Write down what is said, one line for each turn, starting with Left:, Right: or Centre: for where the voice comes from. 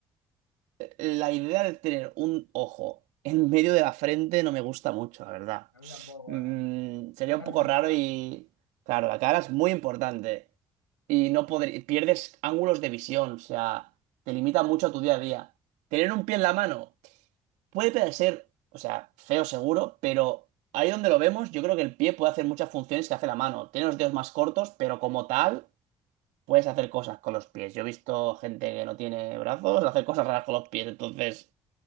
Right: La idea de tener un ojo en medio de la frente no me gusta mucho, la verdad.
Left: A mí tampoco,
Right: Mm,
Left: ¿eh?
Right: sería
Left: La cara
Right: un poco
Left: es importante.
Right: raro y... Claro, la cara es muy importante. Y no podr- pierdes ángulos de visión, o sea, te limita mucho a tu día a día. Tener un pie en la mano puede parecer, o sea, feo seguro, pero ahí donde lo vemos, yo creo que el pie puede hacer muchas funciones que hace la mano. Tiene los dedos más cortos, pero como tal, puedes hacer cosas con los pies. Yo he visto gente que no tiene brazos hacer cosas raras con los pies, entonces...